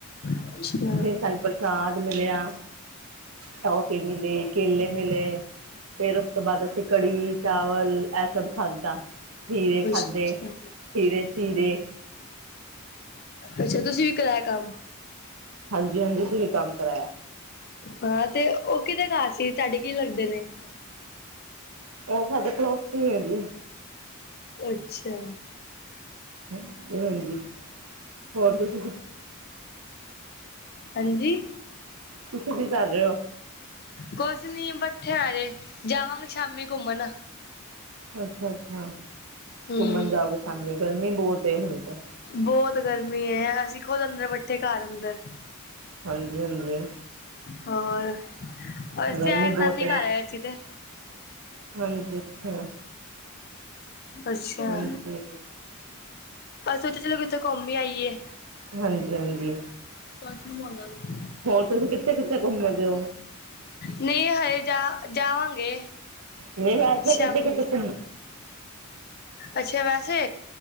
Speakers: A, on the left; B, on the right.
A: ਅੱਛਾ
B: ਫੇਰ ਸਾਨੂੰ ਪ੍ਰਸ਼ਾਦ ਮਿਲਿਆ। ਟੋਫੀ ਮਿਲੀ ਕੇਲੇ ਮਿਲੇ। ਫੇਰ ਉਸ ਤੋਂ ਬਾਅਦ ਅਸੀਂ ਕੜੀ ਚਾਵਲ ਐ ਸਭ ਖਾਧਾ। ਖੀਰੇ ਖਾਧੇ
A: ਅੱਛਾ
B: ਖੀਰੇ ਚੀਰੇ।
A: ਅੱਛਾ ਤੁਸੀਂ ਵੀ ਕਰਾਇਆ ਕੰਮ
B: ਹਾਂਜੀ-ਹਾਂਜੀ ਅਸੀਂ ਵੀ ਕੰਮ ਕਰਾਇਆ।
A: ਹਾਂ ਤੇ ਓ ਕਿਦੇ ਘਰ ਸੀ ਤੁਹਾਡੇ ਕੀ ਲੱਗਦੇ ਨੇ।
B: ਓ ਸਾਡੇ ਪੜੋਸੀ ਨੇ ਜੀ।
A: ਅੱਛਾ
B: ਹਾਂਜੀ ਹੋਰ
A: ਹਮ
B: ਤੁਸੀ
A: ਹਾਂਜੀ
B: ਤੁਸੀਂ ਵੀ ਕਰ ਰਹੇ ਉ।
A: ਕੁੱਛ ਨੀ ਬੈਠੇ ਆ ਅਜੇ ਜਾਵਾਂਗੇ ਸ਼ਾਮੀ ਘੁੰਮਣ
B: ਅੱਛਾ-ਅੱਛਾ
A: ਹੂੰ,
B: ਘੁੰਮਣ ਜਾਓਗੇ ਸ਼ਾਮੀ ਗਰਮੀ ਬੋਤ ਹੁਣ ਤੇ
A: ਬੋਤ ਗਰਮੀ ਏ ਅਸੀਂ ਖੁਦ ਅੰਦਰ ਬੈਠੇ ਘਰ ਅੰਦਰ
B: ਹਾਂਜੀ-ਹਾਂਜੀ
A: ਹੋਰ ਅੱਛਾ
B: ਗਰਮੀ
A: ਨਾਨੀ
B: ਬਹੁਤ ਹੈ
A: ਘਰ ਆਏ ਅਸੀ ਤੇ
B: ਹਾਂਜੀ ਅੱਛਾ
A: ਅੱਛਾ
B: ਹਾਂਜੀ
A: <unintelligible> ਚਲੋ ਕਿਤੇ ਘੁੰਮ ਈ ਆਈਏ।
B: ਹਾਂਜੀ-ਹਾਂਜੀ
A: <unintelligible>
B: ਹੋਰ ਤੁਸੀਂ ਕਿੱਥੇ-ਕਿੱਥੇ ਘੁੰਮਦੇ ਓ।
A: ਨਹੀਂ ਹਜੇ ਜਾ ਜਾਵਾਂਗੇ।
B: ਨਹੀਂ ਵੈਸੇ
A: ਸ਼ਾਮ
B: ਕਿੱਥੇ- ਕਿੱਥੇ ਘੁੰਮ
A: ਅੱਛਾ ਵੈਸੇ